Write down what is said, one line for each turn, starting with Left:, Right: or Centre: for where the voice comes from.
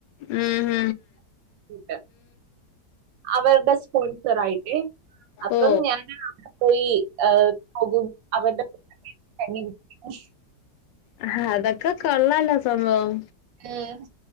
Left: ഊം
Right: <unintelligible> അവര്ടെ സ്പോൺസർ ആയിട്ട്. അപ്പം
Left: ഓ
Right: ഞാൻ അവടെ പോയി ഏഹ്‌ പോകും അവര്ടെ <unintelligible>
Left: ആഹ്‌ അതൊക്കെ കൊള്ളാലോ സംഭവം.
Right: ഉം